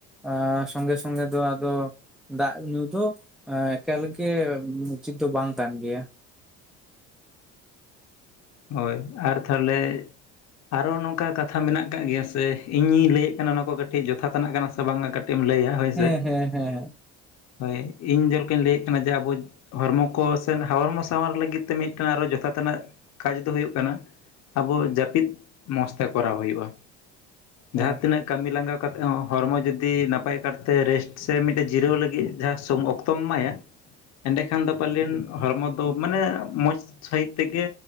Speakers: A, in the centre; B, on the left (about 50°).
A: ᱟ ᱥᱚᱸᱜᱮ ᱥᱚᱸᱜᱮ ᱫᱚ ᱟᱫᱚ ᱫᱟᱜ ᱧᱩ ᱫᱚ ᱮᱠᱟᱞᱜᱮ ᱩᱪᱤᱛᱚ ᱵᱟᱝ ᱠᱟᱱ ᱜᱮᱭᱟ᱾
B: ᱦᱳᱭ ᱟᱨ ᱛᱟᱦᱞᱮ ᱟᱨᱚ ᱱᱚᱝᱠᱟ ᱠᱟᱛᱷᱟ ᱢᱮᱱᱟᱜ ᱠᱟᱜ ᱜᱮᱭᱟ ᱥᱮ ᱤᱧᱤᱧ ᱞᱟᱹᱭᱮᱜ ᱠᱟᱱᱟ ᱚᱱᱟ ᱠᱚ ᱠᱟᱹᱴᱤᱡ ᱡᱚᱛᱷᱟᱛᱱᱟᱜ ᱠᱟᱱᱟ ᱥᱮ ᱵᱟᱝᱼᱟ? ᱠᱟᱹᱴᱤᱜ ᱮᱢ ᱞᱟᱹᱭᱟ ᱦᱳᱭ
A: ᱦᱮᱸ
B: ᱥᱮ
A: ᱦᱮᱸ ᱦᱮᱸ
B: ᱦᱳᱭ ᱤᱧ ᱡᱮᱞᱠᱟ ᱞᱟᱹᱭᱮᱫ ᱠᱟᱱᱟ ᱡᱮ ᱟᱵᱚ ᱦᱨᱲᱢᱚ ᱠᱚ ᱥᱮ ᱦᱚᱨᱢᱚ ᱥᱟᱶᱟᱨ ᱞᱟᱹᱜᱤᱫ ᱛᱮ ᱢᱤᱫᱴᱮᱱ ᱟᱨᱚ ᱡᱚᱛᱷᱟ ᱛᱮᱱᱟᱜᱹ ᱠᱟᱡᱽ ᱫᱚ ᱦᱩᱭᱩᱜ ᱠᱟᱱᱟ ᱟᱵᱚ ᱡᱟᱹᱯᱤᱫ ᱢᱚᱸᱡᱽ ᱛᱮ ᱠᱚᱨᱟᱣ ᱦᱩᱭᱩᱜᱼᱟ᱾
A: ᱦᱮᱸ
B: ᱡᱟᱦᱟ ᱛᱤᱱᱟᱹᱜ ᱠᱟᱹᱢᱤ ᱞᱟᱸᱜᱟ ᱠᱟᱛᱮ ᱦᱚᱸ ᱦᱚᱲᱢᱚ ᱡᱩᱫᱤ ᱱᱟᱯᱟᱭ ᱠᱟᱨᱛᱮ ᱨᱮᱥᱴ ᱥᱮ ᱢᱤᱫᱴᱮᱡ ᱡᱤᱨᱟᱹᱣ ᱞᱟᱹᱜᱤᱫ ᱡᱟᱦᱟᱸ ᱥᱚᱸᱼᱚᱠ ᱛᱚᱢ ᱢᱟᱭᱟ ᱮᱸᱰᱮᱠᱷᱟᱱ ᱫᱚ ᱯᱟᱞᱮᱱ ᱦᱚᱲᱢᱚ ᱫᱚ ᱢᱟᱱᱮ ᱢᱚᱡᱽ ᱥᱟᱺᱦᱤᱡ ᱛᱮᱜᱮ